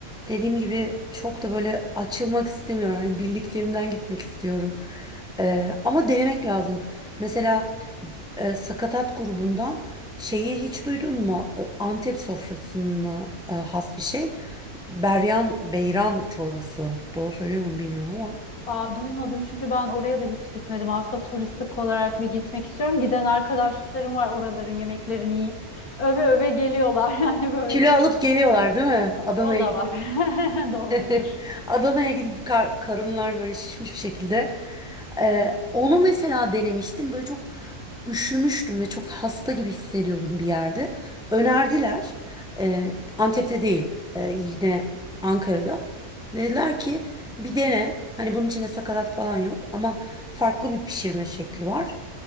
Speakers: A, in the centre; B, on the left.
A: dediğim gibi çok da böyle açılmak istemiyorum. Hani bildiklerimden gitmek istiyorum. Ee, ama denemek lazım. Mesela e, Sakatat grubundan şeyi hiç duydun mu? E, Antep sofrasına e, has bir şey. Beryan beyran çorbası. Doğru söylüyor muyum bilmiyorum ama.
B: Aa, duymadım çünkü ben oraya da hiç gitmedim. Aslında turistik olarak bir gitmek istiyorum. Giden arkadaşlarım var oraların yemeklerini yiyip öve öve geliyorlar <laughs> yani böyle.
A: Kilo alıp geliyorlar değil mi? Adana'ya
B: O da
A: gidip.
B: var.
A: <laughs>
B: <laughs> Doğrudur.
A: Adana'ya gidip kar- karınlar böyle şişmiş bir şekilde. Ee, onu mesela denemiştim. Böyle çok üşümüştüm ve çok hasta gibi hissediyordum bir yerde. Önerdiler. Ee, Antep'te değil, e, yine Ankara'da. Dediler ki bir dene. Hani bunun içinde sakatat falan yok ama farklı bir pişirme şekli var.